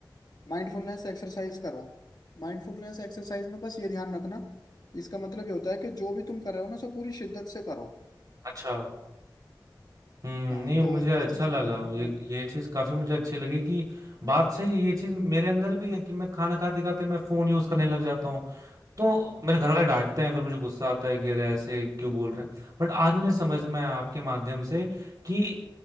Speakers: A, on the left; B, on the right.
A: माइंडफुलनेस एक्सरसाइज करो माइंडफुलनेस एक्सरसाइज में बस ये ध्यान रखना इसका मतलब ये होता है कि जो भी तुम कर रहे हो ना सब पूरी शिद्दत से करो
B: अच्छा हम्म
A: हाँ
B: नहीं
A: तो
B: मुझे
A: इस
B: अच्छा
A: चीज
B: लगा
A: का ध्यान रखना
B: ये
A: होता है
B: ये चीज काफी मुझे अच्छी लगी कि बात सही है ये चीज मेरे अंदर भी है कि मैं खाना खाते खाते मैं फोन यूज करने लग जाता हूँ तो मेरे घर वाले डांटते हैं फिर मुझे गुस्सा आता है कि अरे ऐसे क्यों बोल रहे हैं बट आज मुझे समझ में आया आपके माध्यम से कि,